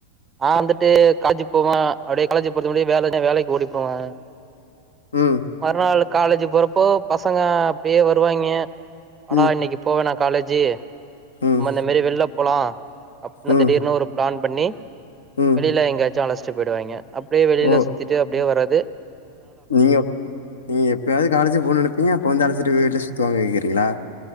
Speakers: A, on the right; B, on the left.
A: நா வந்துட்டு காலேஜிக்கு போவேன் அப்படியே காலேஜ் போறது முடியே வேலை வேலைக்கு ஓடி போட்வே
B: ம்
A: மறுநாள்க் காலேஜ் போறப்போ பசங்க அப்டியே வருவாங்க ஆனா
B: ம்
A: இன்னைக்கு போவேனா காலேஜி
B: ம்
A: ம்அந்ந மாரி வெல்ல போளா அப்டின்னு
B: ம்
A: திடீர்னு ஒரு பிளான் பண்ணி
B: ம்
A: வெளில எங்காச்சு அழச் ச்சுபெய்டுவாங்க அப்டியே வெளியில
B: ஓ
A: சுத்திட்டு அப்டியே வர்ரது
B: நீங்க நீங்க எப்பாவது காலேஜ் போன்னு நெனப்பீங்க அப்ப வந்து அழச்சி வல சுத்து வாங்கங்குறீங்ளா